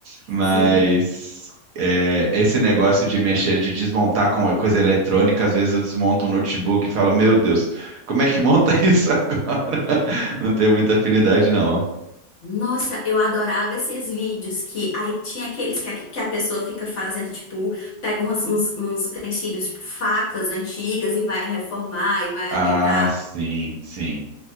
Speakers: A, on the right; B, on the left.
A: Mas
B: Sim.
A: é, esse negócio de mexer, de desmontar com coisa eletrônica, às vezes eu desmonto um notebook e falo, meu Deus, como é que monta <laughs> isso agora? Não tenho muita afinidade, não.
B: Nossa, eu adorava esses vídeos que aí tinha aqueles que a, que a pessoa fica fazendo, tipo, pega umas- uns, uns utensílios, tipo, facas antigas e vai reformar e vai
A: Ah,
B: ajeitar.
A: sim, sim,